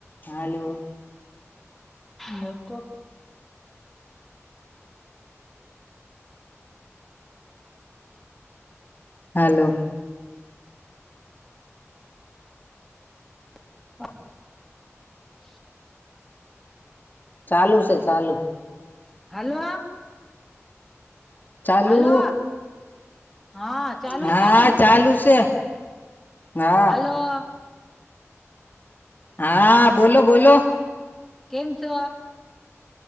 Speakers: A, on the left (about 40°); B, in the centre.
A: હાલો.
B: નેટવકો
A: હાલો.
B: ઓ
A: ચાલુ છે ચાલુ.
B: હલોઓ.
A: ચાલુ
B: હાલો હા. ચાલુ
A: હા
B: છે ને
A: ચાલુ છે. હા
B: હાલો.
A: હા બોલો બોલો.
B: કેમ છો.